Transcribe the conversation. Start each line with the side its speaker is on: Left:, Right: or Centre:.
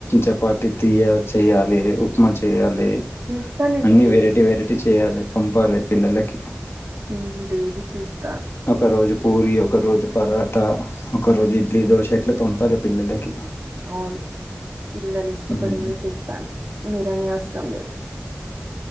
Left: చపాతి తీయ చేయాలి ఉప్మా చేయాలి
Right: చేస్తా నేను
Left: అన్ని
Right: డై
Left: వెరైటీ వెరైటీ చేయాలి పంపాలి పిల్లలకి
Right: హ్మ్ డైలీ చేస్త
Left: ఒక రోజు పూరి ఒక రోజు పరోటా ఒక రోజు ఇడ్లీ దోశ ఇట్లా పంపాల పిల్లలకి
Right: అవును పిల్లలు ఇష్టపడిందే
Left: మ్మ్.
Right: చేస్తాను మీరనే అవసరం లేదు